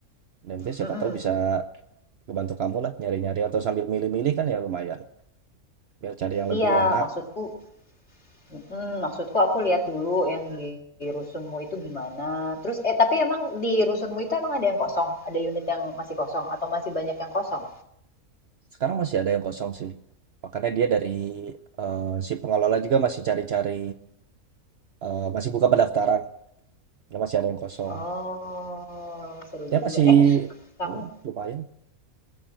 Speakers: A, on the right; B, on the left.
A: dan itu
B: Mm-mm.
A: siapa tahu bisa ngebantu kamu lah nyari-nyari atau sambil milih-milih kan ya lumayan, biar cari yang
B: Iya,
A: lebih enak.
B: maksudku, mm-mm, maksudku aku lihat dulu yang di di rusunmu itu gimana. Terus eh tapi emang di rusunmu itu emang ada yang kosong? Ada unit yang masih kosong atau masih banyak yang kosong?
A: Sekarang masih ada yang kosong sih. Makanya dia dari, eee, si pengelola juga masih cari-cari, eee, masih buka pendaftaran. Ya masih ada yang kosong.
B: Oh, seru
A: Ya
B: juga.
A: masih
B: Eh, Kamu
A: mmm, lumayan.